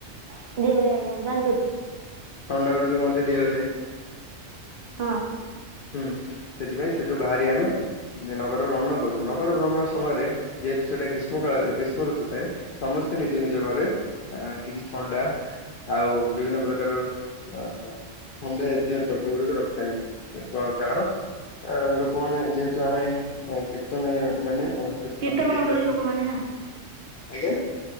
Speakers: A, on the right; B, on the left.
A: <unintelligible> ଆଜ୍ଞା ଜାଣିପାରୁଛି।
B: ଥଣ୍ଡା ଗୁଡ଼ିକ ମଧ୍ୟ ଦିଆଯାଏ।
A: ହଁ।
B: ହୁଁ ସେଥିପାଇଁ ସେଠୁ ବାହାରି ଆମେ ନଗର ଭ୍ରମଣ କରୁ। ନଗର ଭ୍ରମଣ ସମୟରେ ଯେହେତୁ ସେଟା ଗ୍ରୀଷ୍ମ କାଳ ଗ୍ରୀଷ୍ ଋତୁ ଥାଏ, ସମସ୍ତେ ନିଜ ନିଜ ଘରେ କିଛି ଥଣ୍ଡା ଆଉ ବିଭିନ୍ନ ପ୍ରକାର ଆ ଥଣ୍ଡା ହେଇଥିବା ଦ୍ରବ୍ୟ ଗୁଡିକ ରଖିଥାନ୍ତି କ-କାରଣ ଅ ଲୋକମାନେ ଯେହେତୁ ଆମେ କୀର୍ତ୍ତନୀ ମାନେ ସମସ୍ତେ ଥକି
A: କୀର୍ତ୍ତନ
B: ଯାଇଥାଉ
A: ମଣ୍ଡଳୀ ଲୋକମାନେ ନା?
B: ଆଜ୍ଞା?